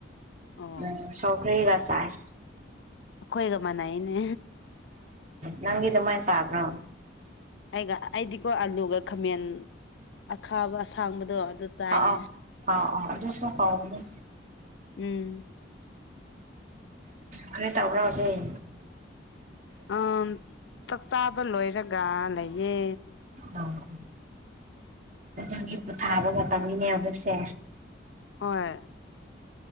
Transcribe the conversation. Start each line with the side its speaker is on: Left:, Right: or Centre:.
Left: ꯑꯣ
Right: ꯎꯝ ꯁꯧꯀꯒꯆꯥꯥꯏ
Left: ꯑꯩꯈꯣꯏꯒ ꯃꯥꯟꯅꯩꯅꯦ
Right: ꯅꯪꯒꯤ ꯑꯗꯨ ꯃꯥꯏ ꯆꯕ꯭ꯔꯣ
Left: ꯑꯩꯒ ꯑꯩꯗꯤꯀꯣ ꯑꯂꯨꯒ ꯈꯥꯃꯦꯟ ꯑꯈꯥꯕ ꯑꯁꯥꯡꯕꯗꯣ ꯆꯥꯏꯌꯦ
Right: ꯑꯥ ꯑ ꯑꯥ ꯑ ꯑꯗꯨ ꯐꯥꯎꯅꯦ
Left: ꯎꯝ
Right: ꯀꯔꯤ ꯇꯧꯕꯈ꯭ꯔꯗꯤꯦ
Left: ꯑ ꯆꯥꯛꯆꯥꯥꯕ ꯂꯣꯏꯔꯒ ꯂꯩꯌꯦ
Right: ꯑꯥ ꯑꯗꯨꯒꯤ ꯄꯣꯊꯥꯕ ꯃꯇꯝꯅꯤꯅꯦ ꯍꯧꯖꯤꯛꯁꯦ
Left: ꯍꯣꯏ